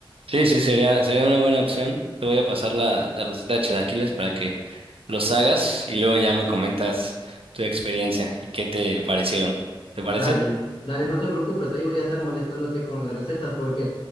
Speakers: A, on the right; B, on the left.
A: sí, sí, sería, sería una buena opción. Te voy a pasar la, la receta de chilaquiles para que los hagas y luego ya me comentas tu experiencia y qué te parecieron. ¿Te parece?
B: Dale, dale, no te preocupes, ahí voy a estar molestándote con la receta porque